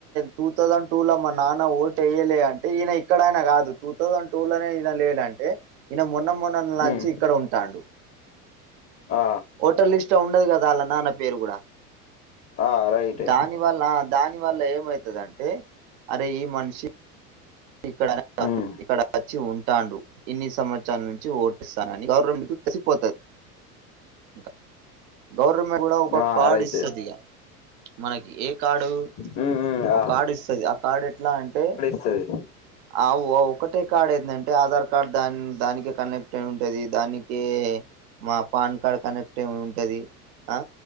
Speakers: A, on the right; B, on the left.
A: టూ థౌసండ్ టూ ల మా నాన్న ఓట్ యలే అంటే ఈయన ఇక్కడ ఆయిన కాదు టూ థౌసండ్ టూ లనే ఈయన లేదంటే ఈన మొన్న మొన్న నల్ నచ్చి
B: ఉమ్
A: ఇక్కడ ఉంటాడు
B: ఆ
A: హోటల్ లిస్ట్ ల ఉండదు కదా వాళ్ళ నాన్న పేరు కూడా
B: ఆ రైట్ ఏ
A: దాని వల్ల ఆ దాని వల్ల ఏమయితదంటే అరే ఈ మనిషి ఇక్కడనక
B: ఉమ్
A: ఇక్కడ వచ్చి ఉంటాండు ఇన్ని సంవత్సరాల నుంచి ఓట్ ఏస్తానని గవర్నమెంట్ కు తెసిపోతది ఇంకా గవర్నమెంట్ కూడా ఒక
B: ఆ
A: కార్డు
B: రైటే
A: ఇస్తది మనకి ఏ కార్డు
B: ఉమ్ ఉమ్ ఆ
A: ఒక కార్డు ఇస్తది ఆ కార్డు ఎట్లా అంటే
B: సరే
A: ఆ ఒ ఒకటే కార్డు ఏందంటే ఆధార్ కార్డు దాని దానికి కనెక్ట్ అయి ఉంటది దానికి మా పాన్ కార్డ్ కనెక్ట్ ఏ ఉంటది ఆ